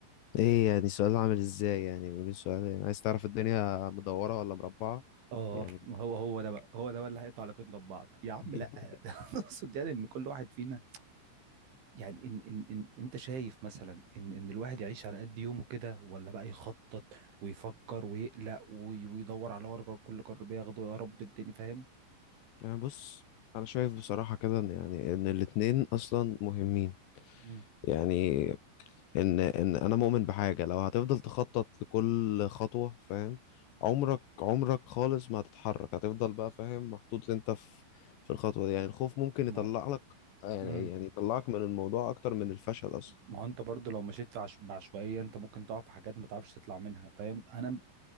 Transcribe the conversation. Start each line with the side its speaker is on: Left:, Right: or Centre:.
Left: ايه يعني سؤال عامل ازاي يعني من سؤال يعني عايز تعرف الدنيا مدورة ولا مربعة
Right: اه
Left: يعني
Right: ما هو هو ده بقى هو ده بقى اللي هيقطع علاقتنا ببعض يا عم
Left: <laughs>
Right: لا <laughs> اقصد يعني ان كل واحد فينا يعني إن إن إن أنت شايف مثلا إن إن الواحد يعيش على قد يومه كده ولا بقى يخطط ويفكر ويقلق وي- ويدور على ورقة كل قرار بياخده يا رب الدنيا فاهم؟
Left: يعني بص انا شايف بصراحة كده ان يعني ان الاتنين اصلا مهمين
Right: مم.
Left: يعني ان ان انا مؤمن بحاجة لو هتفضل تخطط لكل خطوة فاهم عمرك عمرك خالص ما هتتحرك هتفضل بقى فاهم محطوط انت في في الخطوة دي يعني الخوف ممكن
Right: ما
Left: يطلع
Right: هو
Left: لك يعني
Right: مم.
Left: يعني يطلعك من الموضوع اكتر من الفشل اصلا
Right: ما هو أنت برضه لو مشيت في عش... بعشوائية أنت ممكن تقع في حاجات ما تعرفش تطلع منها فاهم؟ أنا